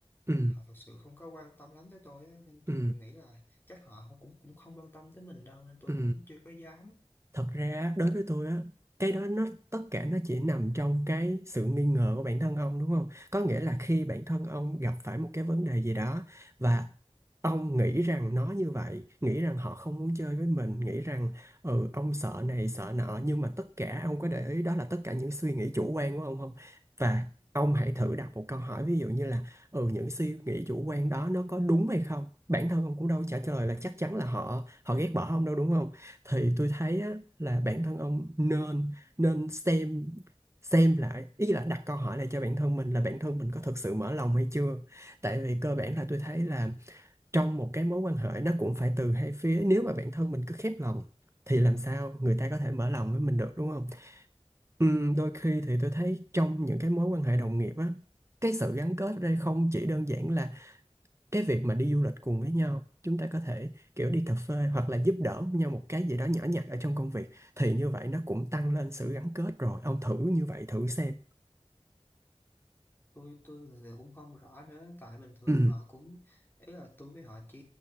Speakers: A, on the right; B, on the left.
A: ừ
B: họ thật sự không có quan tâm lắm tới tôi á, nên tôi
A: ừ
B: nghĩ là chắc họ không- cũng cũng không quan tâm tới mình đâu nên tôi
A: Ừ
B: cũng chưa có dám
A: thật ra đối với tôi á cái đó nó tất cả nó chỉ nằm trong cái sự nghi ngờ của bản thân ông đúng không có nghĩa là khi bản thân ông gặp phải một cái vấn đề gì đó và ông nghĩ rằng nó như vậy nghĩ rằng họ không muốn chơi với mình nghĩ rằng ừ ông sợ này sợ nọ nhưng mà tất cả ông có để ý đó là tất cả những suy nghĩ chủ quan của ông không và ông hãy thử đặt một câu hỏi ví dụ như là ừ những suy nghĩ chủ quan đó nó có đúng hay không bản thân ông cũng đâu trả lời là chắc chắn là họ họ ghét bỏ ông đâu đúng không thì tôi thấy á, là bản thân ông nên nên xem xem lại ý là đặt câu hỏi lại cho bản thân mình là bản thân mình có thực sự mở lòng hay chưa tại vì cơ bản là tôi thấy là trong một cái mối quan hệ nó cũng phải từ hai phía nếu mà bản thân mình cứ khép lòng thì làm sao người ta có thể mở lòng với mình được đúng không Ừm, đôi khi thì tôi thấy trong những cái mối quan hệ đồng nghiệp á cái sự gắn kết ở đây không chỉ đơn giản là cái việc mà đi du lịch cùng với nhau chúng ta có thể kiểu đi cà phê hoặc là giúp đỡ nhau một cái gì đó nhỏ nhặt ở trong công việc thì như vậy nó cũng tăng lên sự gắn kết rồi ông thử như vậy thử xem
B: tôi tôi thực cũng không rõ nữa tại bình thường
A: ừ
B: họ cũng ý là tôi với họ chỉ